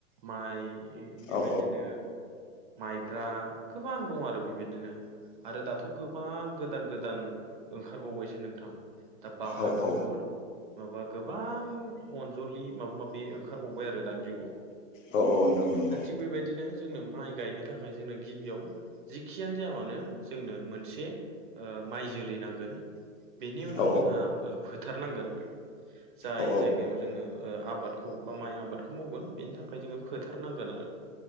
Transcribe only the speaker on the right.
माइ बेबायदिनो
माइब्रा गोबां दं आरो बेबायदिनो। आरो दाथ' गोबां गोदान गोदान ओंखारबावबायसो नोंथां। दा बाहादुर
माबा गोबां अनजलि माबा माबि ओंखारबावबाय आरो दानि जुगाव।
दा थिग बेबायदिनो जोंनो माइ गायनो थाखाय जोंनो गिबियाव जिखियानो जाया मानो जोंनो मोनसे ओ माइ जोलै नांगोन। बेनि उनाव
जोंहा ओ फोथारनांगोन जाय
जायगायाव जोङो ओ आबादखौ बा माइ आबादखौ मावगोन बेनि थाखाय जोङो फोथारनांगोन आरो।